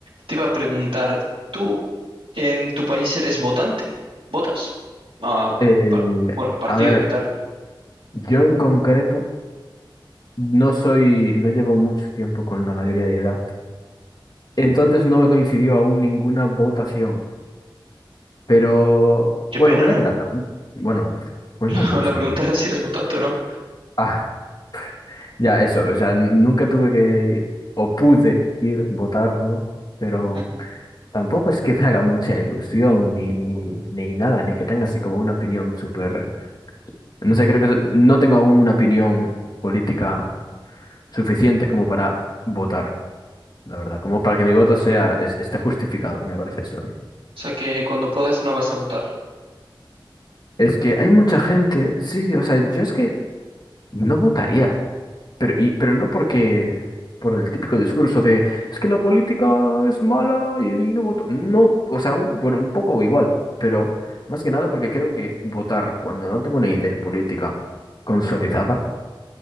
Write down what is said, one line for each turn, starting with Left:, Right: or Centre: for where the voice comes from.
Right: Te iba a preguntar, ¿tú en tu país eres votante? ¿Votas? Ah,
Left: Eh,
Right: par- bueno, partido
Left: a ver,
Right: y tal.
Left: yo en concreto no soy, no llevo mucho tiempo con la mayoría de edad. Entonces no me coincidió aún ninguna votación. Pero,
Right: Qué
Left: bueno,
Right: pena,
Left: ¿cuál
Right: ¿no?
Left: era la pregunta? Bueno, pues
Right: <laughs>
Left: no mucho.
Right: La pregunta era si eres votante o no.
Left: Ah, ya, eso. O sea, n- nunca tuve que ir, o pude ir votar, ¿no? Pero
Right: Mm. O
Left: tampoco es que me haga mucha ilusión, ni, ni nada, ni que tenga así como una opinión súper. No sé, creo que so- no tengo aún una opinión política suficiente como para votar, la verdad, como para que mi voto sea, es- esté justificado, me parece eso. a mí.
Right: sea que cuando puedas no vas a votar.
Left: Es que hay mucha gente, sí, o sea, yo es que no votaría, pero, y, pero no porque, por el típico discurso de, es que la política es mala y, y no voto. No, o sea, un- bueno, un poco igual, pero más que nada porque creo que votar cuando no tengo una idea política consolidada,